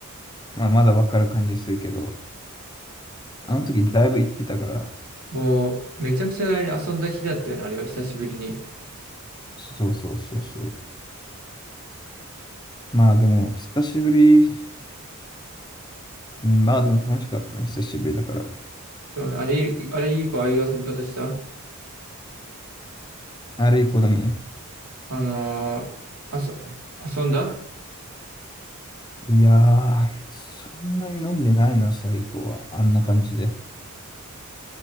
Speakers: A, on the left; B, on the right.
A: まあ、まだわかる感じするけど、あの時だいぶ行ってたから、
B: もう、めちゃくちゃあれ遊んだ日だったよね、あれは久しぶりに。
A: そうそうそうそう。まあでも、久しぶり、うん、まあでも楽しかったね、久しぶりだから。
B: そう、あれ、あれ以降ああいう遊び方した
A: あれ以降だね。
B: あのーあそ、遊んだ
A: いやー、そんなに飲んでないな、それ以降は。あんな感じで。